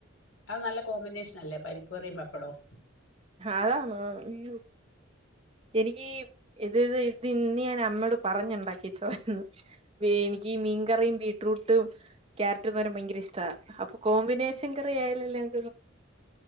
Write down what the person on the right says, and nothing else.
അതാണോ ഉയ്യോ എനിക്ക് ഇത് ഇത് ഇന്ന് ഞാൻ അമ്മയോട് പറഞ്ഞുണ്ടാക്കിച്ചതാ ഇന്ന് എനി ഈ മീൻങ്കറിയും ബീട്രൂട്ടും ക്യാരറ്റ് തോരൻ ഭയങ്കര ഇഷ്ടാവാ അപ്പോ കോമ്പിനേഷൻ കറി ആയാലല്ലേ <inaudible>